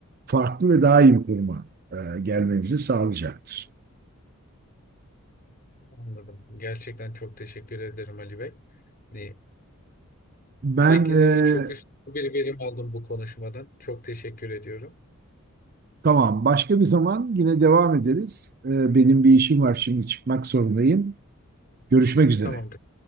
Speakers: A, on the right; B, on the left.
A: farklı ve daha iyi bir konuma e, gelmenizi sağlayacaktır.
B: anladım. Gerçekten çok teşekkür ederim Ali Bey. Hani
A: Ben
B: beklediğimin
A: e,
B: çok üstü bir verim aldım bu konuşmadan. Çok teşekkür ediyorum.
A: tamam başka bir zaman yine devam ederiz. E, benim bir işim var şimdi çıkmak zorundayım. Görüşmek üzere.
B: Tamamdır.